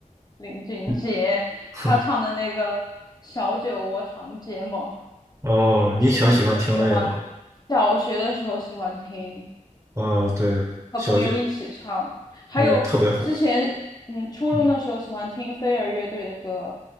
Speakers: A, on the left; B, on the right.
A: 林俊杰，
B: <laughs> 哼，
A: 他唱的那个《小酒窝长睫毛》，
B: 哦，你挺喜欢听那个吗？
A: 之前可喜欢，小学的时候喜欢听，
B: 啊，对，
A: 和朋友一起唱，
B: 小姐
A: 还有之前，
B: 那特别火，
A: 嗯，初中的时候喜欢听飞儿乐队的歌。
B: 嗯，